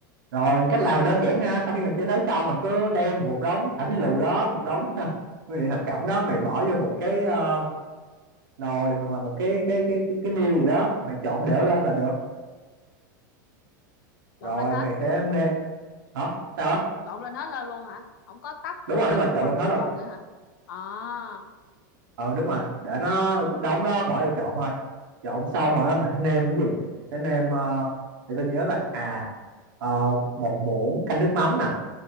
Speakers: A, on the right; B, on the left.
A: Rồi cách làm là đơn giản ha, sau khi mà chơi thế xong mà cứ đem một đống thảm phím lù đó, một đống <laughs> nguyên liệu thập cẩm đó mày bỏ vô một cái ờ, nồi hoặc là một cái cái cái cái, cái niêu gì đó, mày trộn đều lên là được.
B: trộn
A: Rồi
B: lên hết
A: mày sẽ nêm hả? Sao đó?
B: trộn lên hết lên luôn hả không có tách
A: Đúng rồi, nếu
B: từng
A: mà trộn
B: phần
A: lên hết
B: từng
A: rồi,
B: phần nữa hả à
A: Ờ đúng rồi, để nó đóng nó bỏ vô trộn thôi. Trộn xong
B: ừ
A: rồi á, mày sẽ nêm cái gì? Mày sẽ nêm ờ, để tôi nhớ là à ờ, một muỗng canh nước mắm nè,